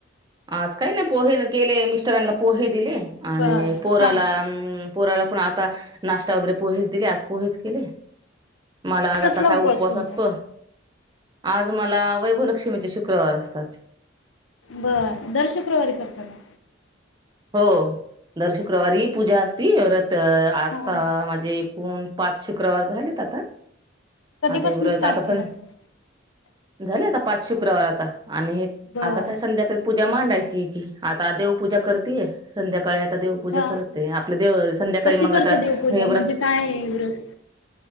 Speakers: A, on the right (about 20°); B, on the left (about 75°).
A: आज काही नाही पोहे केले मिस्टरांना पोहे दिले. आणि
B: बर
A: पोराला
B: हा आज
A: पोराला पण आ ता नाश्ता वगैरे पोहेच दिले आज पोहेच केले. मला आज
B: कसला
A: आता काय उपवास
B: तुमचा?
A: असतो, आज मला वैभवलक्ष्मीचे शुक्रवार असतात.
B: बरं, दर शुक्रवारी करता का?
A: हो दर शुक्रवारी पूजा असती परत आता
B: हा
A: माजे एकूण पाच शुक्रवार झालेत. तता
B: कधीपासून
A: आता हे व्रत
B: स्टार्ट
A: आता सण
B: केला तुम्ही?
A: झाले आता पाच शुक्रवार आता आणि हे
B: बर
A: आता काय संध्याकाळी पू जा मांडायची याची आता देव पूजा करतेय संध्याकाळी आता देवपूजा
B: हा
A: करत आपले देव संध्याकाळी
B: कशी
A: मग
B: करता
A: आता
B: देवपूजा
A: हे व्रत
B: म्हणजे काय आहे व्रत?